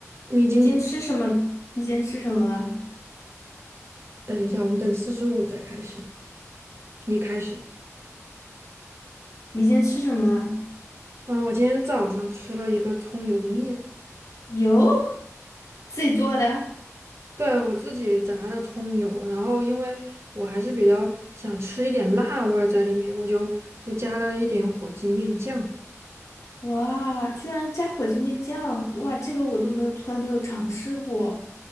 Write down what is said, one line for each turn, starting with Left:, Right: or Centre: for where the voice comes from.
Right: 你今天
Left: 你今天吃什么？你今天吃什么了？
Right: 等一下，我们等四十五再开始。你开始。
Left: 你今天吃什么了？
Right: 嗯，我今天早上吃了一个葱油面，
Left: 油自己做的？
Right: 对，我自己炸的葱油，然后因为我还是比较想吃一点辣味儿在里面，我就就加了一点火鸡面酱，
Left: 哇，居然加火鸡面酱！哇，这个我都没有，从来没有尝试过。